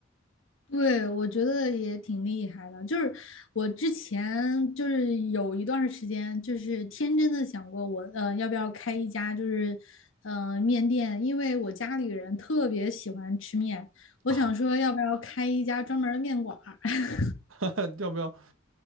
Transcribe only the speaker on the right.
啊，
<laughs> 要不要？